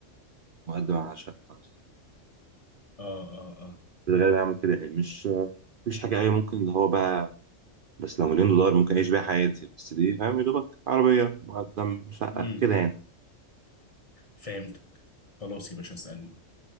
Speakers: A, on the right; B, on the left.
A: مقدم على شقه
B: اه اه اه
A: في الغالب هعمل كده يعني مش مفيش حاجه اي ممكن اللي هو بقى بس لو مليون دولار ممكن اعيش بيها حياتي بس دي فاهم يا دوبك عربيه مقدم شقه
B: امم
A: كده يعني
B: فهمتك خلاص يا باشا اسألني